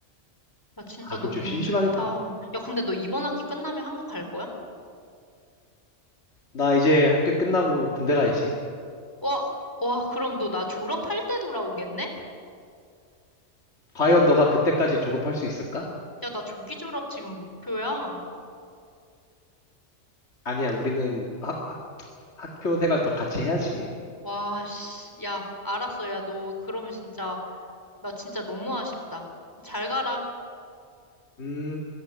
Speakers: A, on the left; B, on the left.
A: 야, 진짜
B: 아
A: 너
B: 그럼
A: 운
B: 좀 심심하겠다
A: 좋다. 야, 근데 너 이번 학기 끝나면 한국 갈 거야?
B: 나 이제 학교 끝나고 군대 가야지
A: 와, 와, 그럼 너 나 졸업할 때 돌아오겠네?
B: 과연 너가 그때까지 졸업할 수 있을까?
A: 야, 나 조기 졸업 지금 목표야.
B: 아니야 우리는 학, 학- 학교 생활 더 같이 해야지
A: 와, 씨. 야, 알았어. 야, 너 그러면 진짜, 나 진짜 너무 아쉽다. 잘 가라.
B: 음